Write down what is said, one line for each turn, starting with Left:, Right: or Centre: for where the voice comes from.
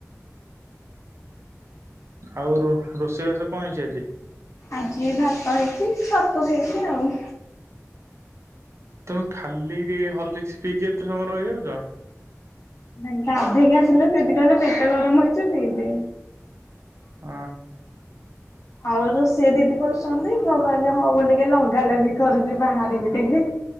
Right: ଆଉ ରୋଷେଇ ବାସ କଣ ହେଇଛି ଆଜି।
Left: ଆଜି ଭାତ ହେଇଛି ଛତୁ ହେଇଛି ଆଉ।
Right: ତମେ ଖାଲି ହଲିକ୍ସ ପିଇକି ଏତେ ସମୟ ରହିଯାଉଛ।
Left: ନାଇ ଗାଧେଇକି ଆସିଲେ ଦିଦି କହିଲେ ପେଟ ଗରମ ହେଇଛି ପି ଦେ।
Right: ହ।
Left: ଆଉ ରୋଷେଇ ଦିଦି କରୁଛନ୍ତି। ମୁଁ କହିଲେ ହୋଉ ଟିକେ ଲଗା ଲଗି କରଛି ବାହାରିକି ଟିକେ।